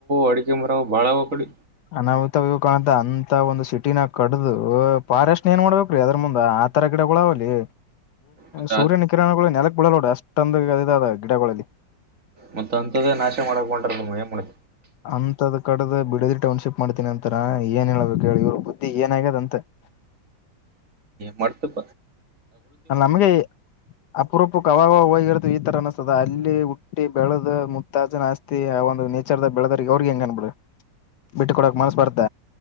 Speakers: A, on the right; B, on the left.
A: ಅಡಿಕೆ ಮರ ಬಾಳಾವಕಡಿ
B: ನಾವತ ಇ ಕಾಣಂತ ಅಂತ ಒಂದು ಸಿಟಿನ ನ ಕಡ್ದು ಫಾರೆಸ್ಟ್ ಏನ್ ಮಾಡ್ಬೇಕ್ರೀ ಅದ್ರ ಮುಂದ ಆ ತರ ಗಿಡ ಳಾವಲ್ಲಿೂ
A: ಮತ್ತ
B: ಸೂರ್ಯನ ಕಿರಣಗಳು ನೆಲಕ್ ಬಳಲಡ ಅಷ್ಟೊಂದು ಅದದ ಗಿಡಗಳಲ್ಲಿ
A: ಮತ್ತ ಅಂಂತ್ದೇ ನಾಶೆ ಮಾಡಕ್ ಬಂ ಮಯಮಡಿ
B: ಅಂತದ್ ಕಡ್ದ ಬಿಡದಿ ಟೌನ್ಶಿಪ್ ಮಾಡ್ತೀನಿ ಅಂತಾರ ಏನ್ ಹೇಳಬೇಕು ಹೇಳಿ ಇವ್ರ ಬುದ್ಧಿ ಏನ್ ಆ್ಯದಂತೆಂತ <inaudible>
A: ಮತಪ್ಪ
B: ಅ ನಮಗೆ ಅಪುರಪ ಕವವಾಗಿವಾಗಿರುತ್ತ ದು ಈ ತರ ಅನಿಸ್ತದ ಅಲ್ಲಿ ಹುಟ್ಟಿ ಬೆಳೆದ ಮುುತ್ತಾಜನ್ ಆಸ್ತಿ ಆ ಒಂದು ವಿಚಾರದ ಬೆಳೆದ್ರ ಅವ್ರಿಗೆ ಹೆಂಗ ಅನ್ಬ ಬಿ ಬಿಟ್ಟ ಕೊಡಕ್ ಮನಸ್ ಬರ್ತ